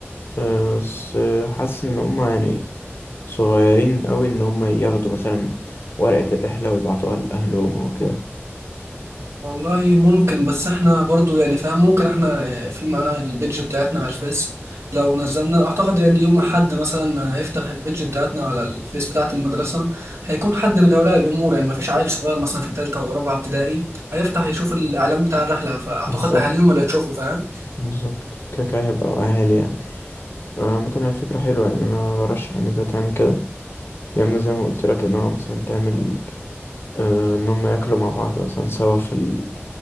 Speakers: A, on the left (about 55°); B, on the right (about 80°).
A: أه بس آه، حاسس ان هما يعني صغيرين قوي ان هما ياخدوا مثلا ورقة الرحلة ويبعتوها لأهلهم او كده
B: والله ممكن بس احنا برضو يعني فاهم ممكن احنا في معانا البيدج بتاعتنا على الفيس لو نزلنا اعتقد يعني يوم ما حد مثلا هيفتح البيدج بتاعتنا على الفيس بتاعة المدرسة هيكون حد من اولياء الامور يعني ما فيش عيل صغير مثلا في ثالثة ولا رابعة ابتدائي هيفتح يشوف الاعلان بتاع الرحلة فاعتقد
A: بالظبط
B: اهاليهم اللي هيشوفوا فاهم
A: بالظبط كده كده هيبقى اهالي يعني آه، عامة هي فكرة حلوة يعني انا برشح ان انت تعمل كده يا اما زي ما قلت لك ان هو مثلا تعمل أه ان هما ياكلوا مع بعض مثلا سوا في ال-